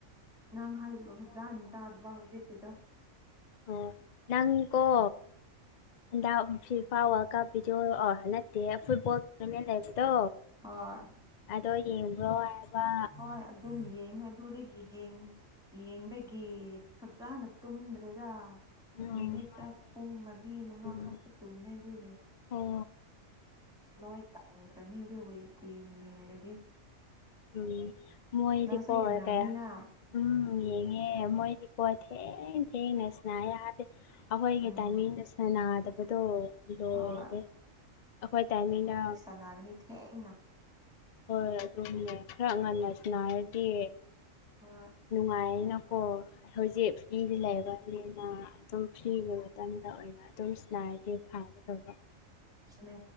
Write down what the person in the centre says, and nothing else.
ꯅꯪ ꯍꯥꯏꯕꯗꯣ ꯐꯖꯅ ꯇꯥꯗꯕ ꯍꯧꯖꯤꯛ ꯀꯤꯗꫭ
ꯍꯣꯏ
ꯍꯣꯏ ꯑꯗꯨꯝ ꯌꯦꯡꯉ ꯑꯗꯨꯗꯒꯤ ꯍꯌꯦꯡ ꯌꯦꯡꯕꯒꯤ ꯐꯖꯅ ꯇꯨꯝꯗ꯭ꯔꯤꯗ
ꯅꯨꯃꯤꯠꯇ
ꯄꯨꯡ ꯃꯔꯤ ꯃꯉꯥ
ꯈꯛꯇ ꯇꯨꯝꯃꯦ ꯑꯗꯨꯒꯤ
ꯂꯣꯏ ꯀꯪꯈ꯭ꯔꯅꯤ ꯑꯗꯨꯕꯨ ꯀꯨꯏꯅ ꯌꯦꯡꯂꯗꯤ
ꯅꯪꯁꯨ ꯌꯦꯡꯔꯝꯅꯤꯅ
ꯎꯝ
ꯍꯣꯏ
ꯁꯥꯅꯒꯅꯤ ꯊꯦꯡꯅ
ꯍꯣꯢ
ꯅꯦ